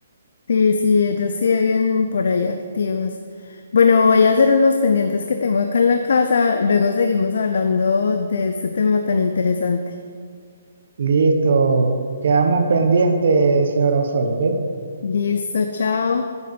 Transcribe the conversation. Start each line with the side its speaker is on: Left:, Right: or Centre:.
Left: Sí, sí, ellos siguen por ahí activos. Bueno, voy a hacer unos pendientes que tengo acá en la casa. Luego seguimos hablando de este tema tan interesante.
Right: Listo, quedamos pendientes, señor Osorio, ¿ok?
Left: Listo, chao.